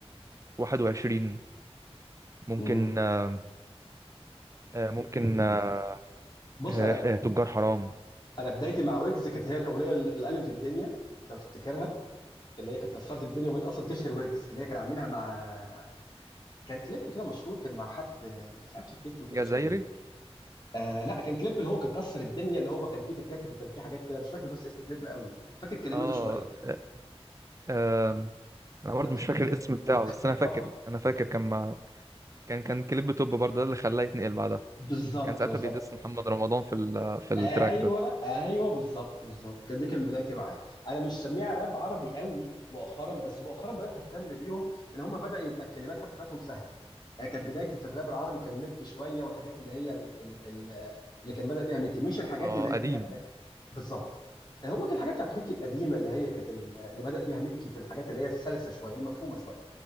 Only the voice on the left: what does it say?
امم
بص
انا
انا بدايتي مع ويجز كانت هي الاغنيه اللي قلبت الدنيا لو تفتكرها اللي هي كانت كسرت الدنيا وبدأت اصلا تشهر ويجز اللي هي كان عاملها مع كان كليب كده مشهور كان مع حد مش عارف تفتكره كان
اسمه ايه آه لا كان كليب اللي هو كان كسر الدنيا اللي هو كان فيه تكاتك وكان فيه حاجات كده مش فاكر بس اسم كليب قوي فاكر كلماته
شويه
لو تفتكر
<laughs>
بالظبط
بالظبط
ايوه
ايوه بالظبط بالظبط كان دي كان بدايتي معاه انا مش سميع راب عربي قوي مؤخرا بس مؤخرا بدات اهتم بيهم ان هم بدا يبقى الكلمات حتى بتاعتهم سهله يعني كانت بدايتي في الراب العربي كان ميك شويه والحاجات اللي هي ال ال ال اللي كان بدا بيها ميك مش الحاجات
اللي هي
بالظبط هو كان الحاجات بتاعت ميك القديمه اللي هي كانت ال- اللي بدا بيها ميك في الحاجات اللي هي السلسه شويه المفهومه شويه